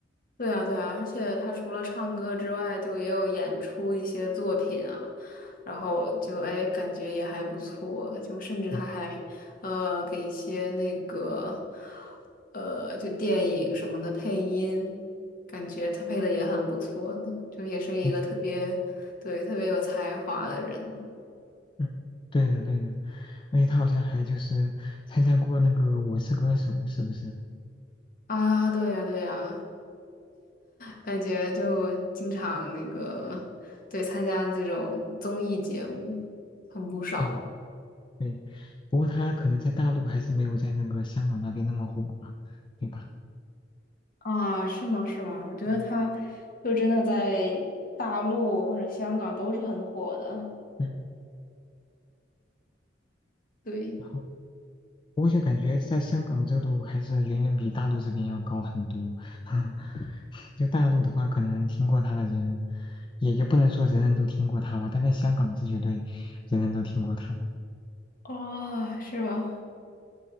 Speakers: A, on the left (about 50°); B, on the left (about 25°).
A: 对啊，对啊，而且他除了唱歌之外，就也有演出一些作品啊，然后就哎，感觉也还不错，就甚至他还
B: 嗯
A: 呃给一些那个呃就电影什么的配音，感觉他配的也很不错呢，就也是一个特别对特别有才华的人
B: 嗯嗯，对的对的，而且他好像还就是参加过那个《我是歌手》，是不是？
A: 啊，对呀，对呀，感觉就经常那个对参加这种综艺节目很不少。
B: 对。对，不过他可能在大陆还是没有在那个香港那边那么火吧，对吧？
A: 啊，是吗？是吗？我觉得他
B: 嗯，
A: 就真的在大陆或者香港都是很火的。
B: 嗯，
A: 对，
B: 然后不过就感觉在香港热度还是远远比大陆这边要高很多。<laughs> 就大陆的话，可能听过他的人也也不能说人人都听过他吧，但在香港是绝对人人都听过他的。
A: 哦，是吧？